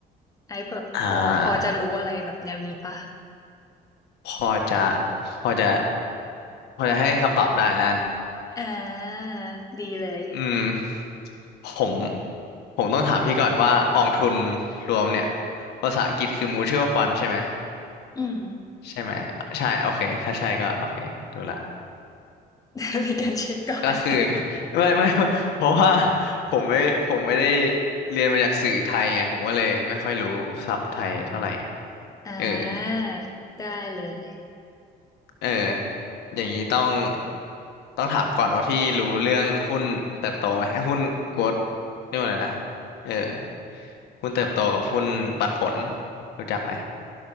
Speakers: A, on the left; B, on the left.
A: ไอ้แบบพอพอจะรู้อะไรแบบแนวนี้ปะ
B: อ่าพอจะพอจะพอจะให้คำตอบได้แล้วกัน
A: อ่าดีเลย
B: อืมผมผมต้องถามพี่ก่อนว่ากองทุนรวมเนี่ยภาษาอังกฤษคือ mutual fund ใช่ไหม
A: อืม
B: ใช่ไหมใช่โอเคถ้าใช่ก็โอเคดูละ
A: <laughs> มีการเช็คก่อน
B: ก็คือ
A: <laughs>
B: <laughs> ไม่ไม่ <laughs> เพราะว่าผมไม่ผมไม่ได้เรียนมาจากสื่อไทยไงผมก็เลยไม่ค่อยรู้ศัพท์ไทยเท่าไหร่
A: อ่า
B: เออ
A: ได้เลย
B: เอออย่างนี้ต้องต้องถามก่อนว่าพี่รู้เรื่องหุ้นเติบโตไหมหุ้นโกลดเรียกว่าอะไรนะเออหุ้นเติบโตกับหุ้นปันผลรู้จักไหม